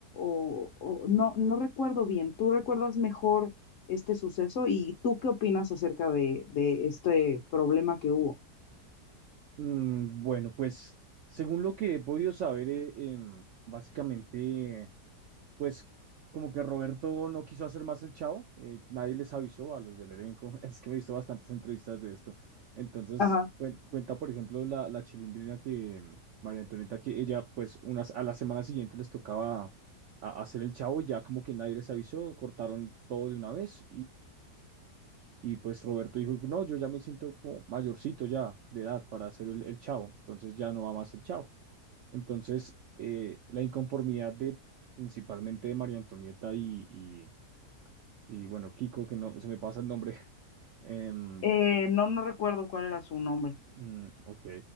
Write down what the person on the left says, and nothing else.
O, o no, no recuerdo bien. ¿Tú recuerdas mejor este suceso? ¿Y tú qué opinas acerca de, de este problema que hubo?
Ajá.
Eh, no, no recuerdo cuál era su nombre.